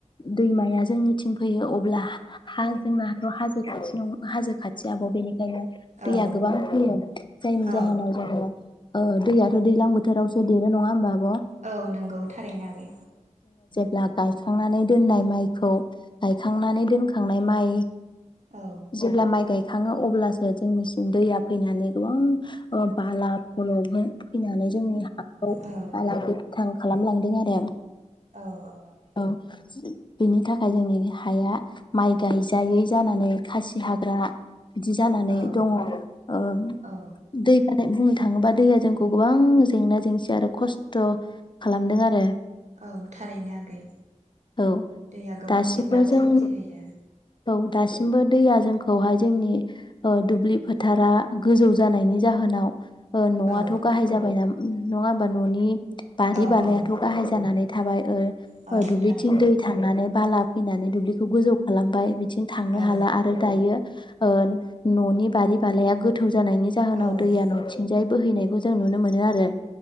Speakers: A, on the left; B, on the right.
A: दैमाया जोंनिथिं फैयो अब्ला हा जोंना हाथाव हाजो खाथि दं हाजो खाथि आब बेनिख ओंखायनो
B: औ
A: दैया गोबां फैयो जायनि
B: औ
A: जाहोनाव जेनेबा ओ दैयाथ दैज्लां बोथोरावसो देरो नङा होमबा आब'
B: औ नंगौ थारैनो आगै
A: ला गायखांनानै दोननाय माइखौ गायखांनानै दोनखांनाय माइ
B: औ
A: जेब्ला माइ गाय खाङो अब्लासो जोंनिसिम दैया फैनानै गोबां बाला फलबह फैनानै जोंनि हाखौ
B: औ
A: <unintelligible> खालामलांदों आरो
B: औ औ आगै
A: औ बेनि थाखाय जोंनि हाया माइ गायजायै जानानै खासि हाग्रा बिदि जानानै
B: औ
A: दङ ओं
B: औ
A: दै नाथाय बुंनो थाङोबा दैया जोंखौ गोबां जेंना जेंसि आरो खस्थ थ खालामदों आरो
B: औ थारैनो आगै
A: औ
B: दैया गोबां
A: दासिमबो
B: जेंनाबो
A: जों
B: सोमजिहोयो
A: औ दासिमबो दैया जोंखौहाय जोंनि दुब्लि फोथारा गोजौ जानायनि जाहोनाव नआथ
B: औ
A: गाहाय जाबायना नङाबा ननि बारि
B: औ
A: बालायाथ
B: औ
A: गाहाय जानानै थाबाय ओ
B: औ
A: दुब्लिथिं
B: थारैनो
A: दै थांनानै बाला फैनानै दुब्लि खौ गोजौ खालामबाय बिदिनो थांनो
B: औ
A: हाला आरो दायो। ओ ननि बारि बाालाया गोथौ जानायनि जाहोनाव
B: औ
A: दैया नथिंजाय बोहैनायखौ जों नुनो मोनो आरो।